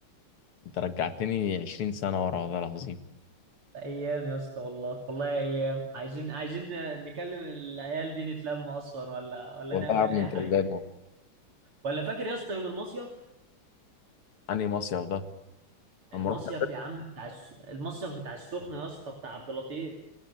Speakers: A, on the left; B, on the right.
A: انت رجعتني 20 سنة ورا والله العظيم
B: ايام يا اسطى والله والله ايام عايزين عايزين نكلم العيال دي نتلم اصلا ولا ولا
A: والله
B: نعمل
A: يا عم
B: اي
A: انت
B: حاجه
A: اللي
B: ولا فاكر يا اسطى يوم المصيف
A: انهي مصيف ده
B: المصيف
A: اما رحت
B: يا عم بتاع الس... المصيف بتاع السخنه يا اسطى بتاع عبد اللطيف